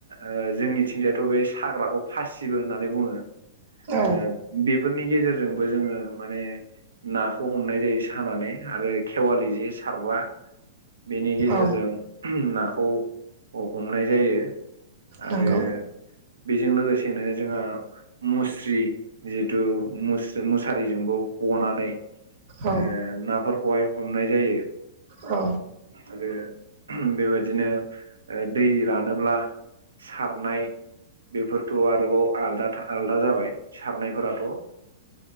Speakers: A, on the right; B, on the right.
A: ओ जोंनिथिंजायथ' बे साग्राखौ फासिबो होननानै बुङो।
B: औ
A: ओ बेफोरनि गेजेरजोंबो जोङो माने नाखौ हमनाय जायो सानानै आरो खेवालि जे सारग्रा बेनि गेजेरजों
B: औ
A: नाखौ ह-हमनाय जायो। आरो
B: नंगौ
A: बेजों लोगोसेनो जोंहा मुस्रि जिहेथु मुस-मुसारिजोंबो हनानै
B: औ
A: ओ नाफोर खौहाय हमनाय जायो।
B: औ।
A: आरो बेबायदिनो ओ दै रानोब्ला सारनाय बेफोरथ' आरोबाव आलदा आलदा जाबाय। सारनायफोराथ' ओ